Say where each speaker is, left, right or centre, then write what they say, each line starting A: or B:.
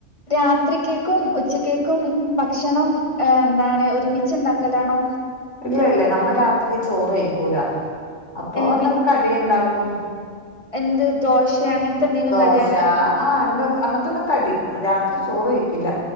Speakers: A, on the left (about 25°); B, on the left (about 70°).
A: രാത്രിക്കക്കും ഉച്ചക്കേക്കും ഉ ഭക്ഷണം എന്താണ് ഒരുമിച്ച ഉണ്ടാക്കലാണോ
B: ഇല്ല ഇല്ല നമ്മ രാത്രി ചോറ് കഴിക്കൂല അപ്പൊ
A: ഏഹ്
B: എന്തെങ്കും
A: പിൻ
B: കടിയുണ്ടാക്കും
A: എന്ത് ദോശ അങ്ങനത്തെ എന്തെങ്കിലും
B: ദോശ
A: കടിയാണോ അല്ലേ
B: ആഹ് എന്ത അങ്ങനെ അതന്നും കടി രാത്രി ചോറ് വക്കില്ല